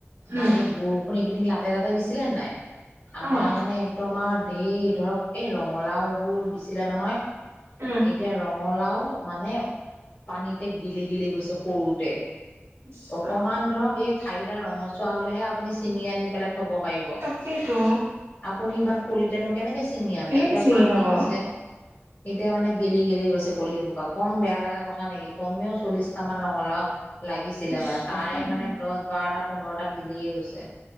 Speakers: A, on the right (about 70°); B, on the left (about 40°).
A: উম।
B: মানে বৰষুণ এইকেইদিন লাতে লাতে দিছিলে নাই, আমাৰ
A: অ',
B: মানে একদম আও সেই ধৰক এই ৰঙালাও বোৰ দিছিলে নহয়,
A: উম।
B: এতিয়া ৰঙালাও মানে পানীতে গিলি গিলি গৈছে সৰুতে।
A: ইছ
B: অকমান
A: ৰাম,
B: ধৰক এই ঠাৰিডাল ৰঙচুৱা হলেহে আপুনি ছিঙি আনি পেলাই। থব পাৰিব
A: তাকেইতো
B: আপুনি ইমান কলিতেনো কেনেকে। চিঙি আনে
A: কেনেকে
B: এতিয়া
A: চিনি
B: পানী
A: পাব?
B: হৈছে এতিয়া মানে। গেলি গেলি গৈছে কলি খোপা কম বেয়া লগা কথা নেকি কমেও চল্লিশটা মান ৰঙালাওঁ। লাগিছিলে
A: ইছ
B: মানে
A: ৰাম।
B: তাৰে মানে দহ বাৰটা পোন্ধৰটা গেলিয়ে গৈছে।